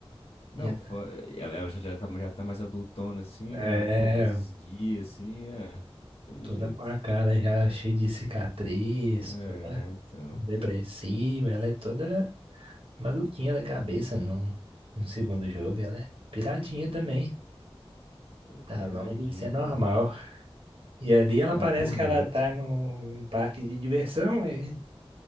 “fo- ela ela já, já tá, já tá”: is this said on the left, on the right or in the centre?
Left